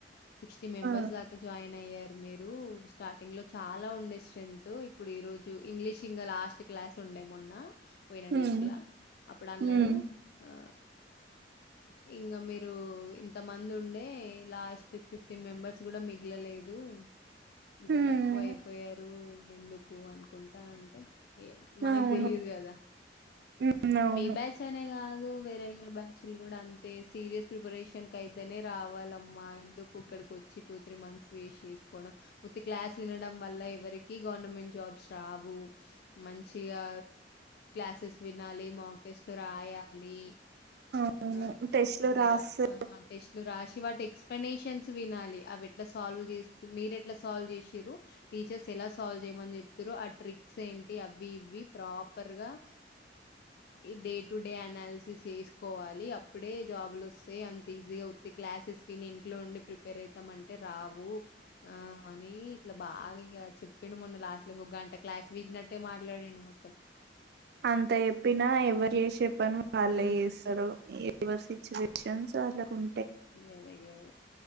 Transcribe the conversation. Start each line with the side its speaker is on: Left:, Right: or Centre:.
Left: సిక్స్టీ మెంబర్స్
Right: ఆ
Left: దాకా జాయిన్ అయ్యారు మీరు స్టార్టింగ్ లో చాలా ఉండే స్ట్రెంత్. ఇప్పుడు ఈరోజు ఇంగ్లీష్ ఇంగ లాస్ట్ క్లాస్ ఉండే మొన్న పోయిన
Right: ఉమ్
Left: వీక్ లా అప్పుడు అన్నడు
Right: ఉమ్
Left: ఆ ఇంగ మీరు ఇంత మంది ఉండే లాస్ట్ ఫిఫ్టీన్ మెంబర్స్ కూడా మిగిలలేదు ఇంత
Right: ఉమ్,
Left: తక్కువ అయిపోయారు ఎందుకు నుకుంటా అంటే ఏ మనకు
Right: అవును
Left: తెలిదు గదా
Right: ఉమ్ అవును
Left: మీ బ్యాచ్ అనే కాదు. వేరే వేరే బ్యాచ్లు కూడా అంతే సీరియస్ ప్రిపరేషన్ అయితేనే రావాలమ్మా ఎందుకు ఇక్కడికి వచ్చి టూ త్రీ మంత్స్ వేస్ట్ చేసుకోవడం ఉత్త క్లాస్ వినడం వల్ల ఎవరికి గవర్నమెంట్ జాబ్స్ రావు మంచిగా క్లాసెస్ వినాలి మాక్ టెస్ట్లు రాయాలి.
Right: అవును
Left: ఆ!
Right: టెస్ట్
Left: అన్ని
Right: లు రాస్తే
Left: రా ఆ టెస్ట్లు రాసి వాటి ఎక్స్ప్లెనేషన్స్ వినాలి. అవి ఎట్లా సాల్వ్ చేస్త మీరు ఎట్లా సాల్వ్ చేశిరు టీచర్స్ ఎలా సాల్వ్ చేయమని చెప్తరు ఆ ట్రిక్స్. ఏంటి అవి ఇవి ప్రాపర్ గా డే టు డే అనాలసిస్ చేస్ కోవాలి అప్పుడే జాబ్లు వస్తాయి అంత ఈజీగా ఉత్తి క్లాసెస్ విని ఇంట్లో ఉండి ప్రిపేర్ ఐతం అంటే రావు ఆ అని ఇట్లా బాగా ఇంగ చెప్పిండు మొన్న లాస్ట్ లో ఒక గంట క్లాస్ వీక్ నట్టే మాట్లాడిండు మొత్తం
Right: అంత చెప్పినా ఎవరు చేసే పని వాళ్ళే
Left: ఆ!
Right: చేస్తరు. ఎవరు సిచ్యువేషన్ షన్ వాళ్లకుం
Left: గాదె గదే